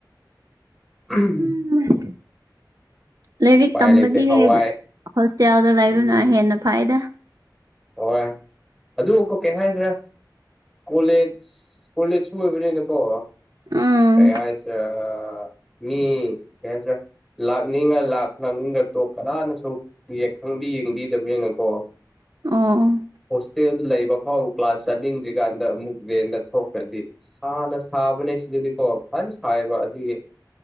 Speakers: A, in the centre; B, on the right.
A: INAUDIBLE
B: INAUDIBLE ꯂꯥꯏꯔꯤꯛ
A: ꯎꯄꯥꯏ
B: ꯇꯝꯕꯒꯤ
A: ꯂꯩꯇꯦ ꯍꯋꯥꯏ
B: ꯍꯥꯏꯅ ꯍꯣꯁꯇꯦꯜꯗ ꯂꯩꯕꯅ
A: ꯎꯝ
B: ꯍꯦꯟꯅ ꯐꯩꯗ
A: ꯍꯣꯏ ꯑꯗꯨꯕꯨ ꯀꯣ ꯀꯩ ꯍꯥꯏꯗ꯭ꯔꯥ ꯀꯣꯂꯦꯖ ꯀꯣꯂꯦꯖ ꯁꯨ ꯑꯣꯏꯕꯅꯤꯅꯀꯣ
B: ꯎꯝ
A: ꯀꯩ ꯍꯥꯏꯁ ꯑꯥ ꯃꯤ ꯀꯩ ꯍꯥꯏꯇꯥꯔꯦ ꯂꯥꯛꯅꯤꯡꯉ ꯂꯥꯛ ꯂꯥꯛꯅꯤꯡꯗ ꯇꯛ ꯀꯅꯥꯅꯁꯨ ꯈꯪꯕꯤ ꯌꯦꯡꯕꯤꯗꯕꯅꯤꯅꯀꯣ
B: ꯑꯣꯥꯑꯣ
A: ꯍꯣꯁꯇꯦꯜꯗ ꯂꯩꯕ ꯐꯥꯎ ꯀ꯭ꯂꯥꯁ ꯆꯠꯅꯤꯡꯗ꯭ꯔꯤꯀꯥꯟꯗ ꯑꯃꯨꯛ ꯔꯦꯟꯗ ꯊꯣꯛꯈ꯭ꯔꯗꯤ ꯁꯥꯅ ꯁꯥꯕꯅꯦ ꯁꯤꯗꯗꯤꯀꯣ ꯐꯅ ꯁꯥꯏꯕ ꯑꯗꯨꯒꯤ